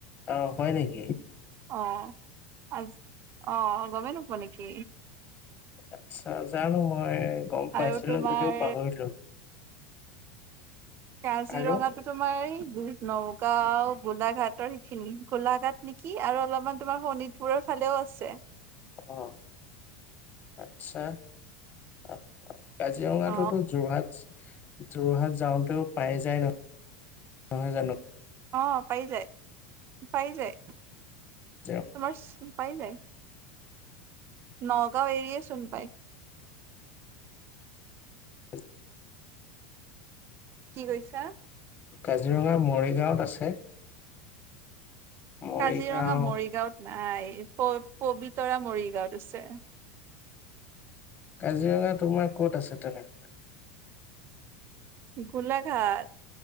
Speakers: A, on the left (about 35°); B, on the right (about 45°).
A: অ হয় নেকি।
B: অ আজ অ গমেই নোপোৱা নেকি।
A: আচ্ছা জানো মই গম পাইছিলো
B: আৰু তোমাৰ
A: যদিও পাহৰিলো।
B: কাজিৰঙাটো
A: আৰু
B: তোমাৰ এই নগাঁও। গোলাঘাটৰ সেইখিনি গোলাঘাট নেকি আৰু অলপমান তোমাৰ শোণিতপুৰৰ ফালেও আছে।
A: অ আচ্ছা আহ। কাজিৰঙাটোতো
B: অ
A: যোৰহাট। যোৰহাট যাওঁতেও পাই যায় নহয় নহয় জানো।
B: অ পাই যায় পাই যায়।
A: কাজিৰঙা
B: তোমাৰ পাই নাই। নগাঁও এৰিয়ে চোন পায়।
A: তাৰপিছত
B: কি কৰিছা?
A: কাজিৰঙা মৰিগাঁৱত আছে। মৰিগাঁও
B: কাজিৰঙা মৰিগাঁৱত নাই প পবিতৰা মৰিগাঁৱত আছে।
A: কাজিৰঙা তোমাৰ ক'ত আছে তেনে।
B: গোলাঘাট।